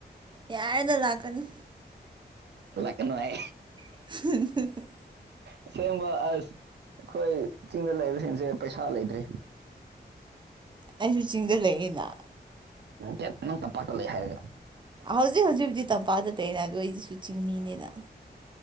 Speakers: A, on the right; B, on the right.
A: ꯌꯥꯔꯦꯗ ꯂꯥꯛꯀꯅꯨ
B: ꯂꯥꯛꯀꯅꯨ ꯍꯥꯏ
A: <unintelligible>
B: ꯑꯁꯦꯡꯕ ꯑꯁ ꯑꯩꯈꯣꯏ ꯆꯤꯡꯗ ꯂꯩꯕꯁꯤꯡꯁꯦ ꯄꯩꯁꯥ ꯂꯩꯇ꯭ꯔꯦ
A: ꯑꯩꯁꯨ ꯆꯤꯡꯗ ꯂꯩꯌꯦꯅ
B: ꯗꯦꯠ ꯅꯪ ꯇꯝꯄꯥꯛꯇ ꯂꯩ ꯍꯥꯏꯔꯒ
A: ꯍꯧꯖꯤꯛ ꯍꯧꯖꯤꯛꯄꯨꯗꯤ ꯇꯝꯄꯥꯛꯇ ꯇꯩꯅ ꯑꯗꯣ ꯑꯩꯒꯤꯁꯨ ꯆꯤꯡꯃꯤꯅꯦꯅ